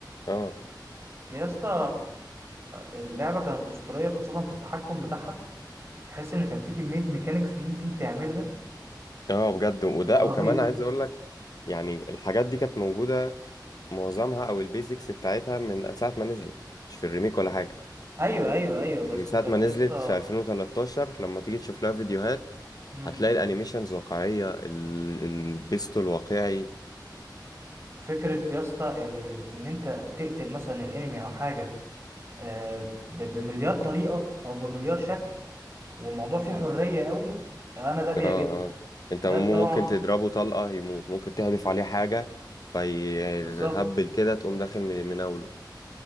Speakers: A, on the left; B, on the right.
A: اه
B: يا اسطى اللعبة كانت أسطورية خاصة في التحكم بتاعها تحس إن كان في كمية ميكانيكس ممكن تعملها
A: آه، بجد وده
B: رهيبة
A: وكمان عايز اقول لك يعني الحاجات دي كانت موجوده معظمها او البيزكس بتاعتها من ساعه ما نزلت مش في الريميك ولا حاجه
B: أيوه أيوه أيوه بس
A: يعني من ساعة
B: كانت
A: ما نزلت
B: يا اسطى
A: في 2013 لما تيجي تشوف لها فيديوهات
B: مم.
A: هتلاقي الانيميشنز واقعية ال- البيستول واقعي
B: فكرة يا اسطى ال- ال- ان انت تقتل مثلا الانمي او حاجة آه، ب- بمليار طريقة او بمليار شكل والموضوع فيه حرية قوي انا ده بيعجبني
A: اه اه انت
B: ده
A: مم-
B: طبعا
A: ممكن تضربه طلقة يموت ممكن تحذف عليه حاجة فيهبل
B: بالظبط
A: كده تقوم داخل من- مناوله